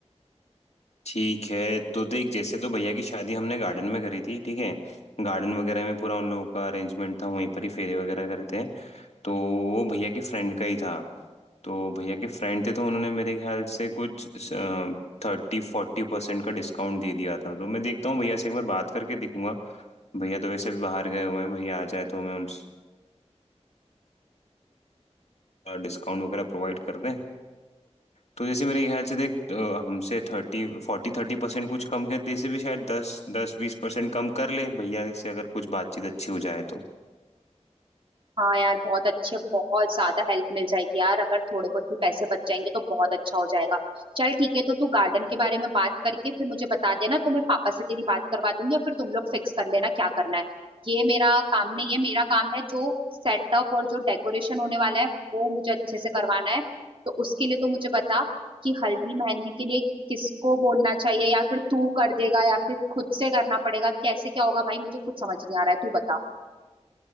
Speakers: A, on the left; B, on the right.
A: ठीक है तो देख जैसे तो भैया की शादी हमने गार्डन में करी थी ठीक है गार्डन वगैरह में पूरा उन लोगों का अरेंजमेंट था वहीं पर ही फेरे वगैरह करे थे तो वो भैया के फ्रेंड का ही था तो भैया के फ्रेंड थे तो उन्होंने मेरे ख्याल से कुछ थर्टी फोर्टी परसेंट का डिस्काउंट दे दिया था तो मैं देखता हूँ भैया से एक बार बात करके देखूंगा भैया तो वैसे भी बाहर गए हुए हैं भैया आ जाए तो मैं उनसे डिस्काउंट वगैरह प्रोवाइड कर दें तो जैसे मेरे ख्याल से देख अ, हमसे थर्टी फोर्टी थर्टी परसेंट कुछ कम किया जैसे भी शायद दस दस बीस परसेंट कम कर ले भैया से अगर कुछ बातचीत अच्छी हो जाए तो
B: हाँ यार बहुत अच्छे बहुत ज्यादा हेल्प मिल जाएगी यार अगर थोड़े बहुत भी पैसे बच जाएंगे तो बहुत अच्छा हो जाएगा चल ठीक है तो तू गार्डन के बारे में बात करके फिर मुझे बता देना तो मैं पापा से तेरी बात करवा दूंगी और फिर तुम लोग फिक्स कर लेना क्या करना है ये मेरा काम नहीं है मेरा काम है जो सेटअप और जो डेकोरेशन होने वाला है वो मुझे अच्छे से करवाना है तो उसके लिए तो मुझे बता कि हल्दी मेहंदी के लिए किसको बोलना चाहिए या फिर तू कर देगा या फिर खुद से करना पड़ेगा कैसे क्या होगा भाई मुझे कुछ समझ नहीं आ रहा है तू बता